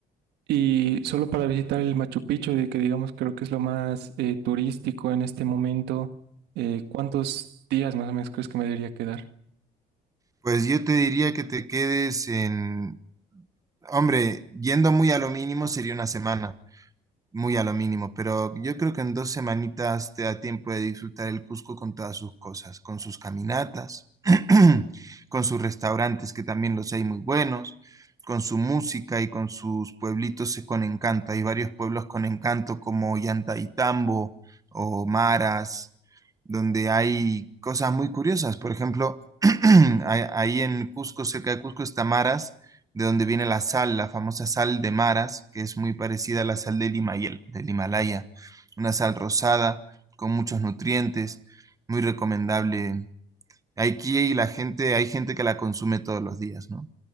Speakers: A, on the right; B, on the right.
A: Y solo para visitar el Machu Picchu, de que digamos creo que es lo más eh, turístico en este momento, eh, ¿cuántos días más o menos crees que me debería quedar?
B: Pues yo te diría que te quedes en... Hombre, yendo muy a lo mínimo sería una semana. muy a lo mínimo, pero yo creo que en dos semanitas te da tiempo de disfrutar el Cusco con todas sus cosas, con sus caminatas, <clears throat> con sus restaurantes, que también los hay muy buenos, con su música y con sus pueblitos eh, con encanto. Hay varios pueblos con encanto como Llantaitambo o Maras, donde hay cosas muy curiosas. Por ejemplo, <clears throat> ahí ahí en Cusco, cerca de Cusco está Maras de donde viene la sal, la famosa sal de Maras, que es muy parecida a la sal del Himayel- del Himalaya, una sal rosada con muchos nutrientes, muy recomendable. Aquí la gente, hay gente que la consume todos los días, ¿no?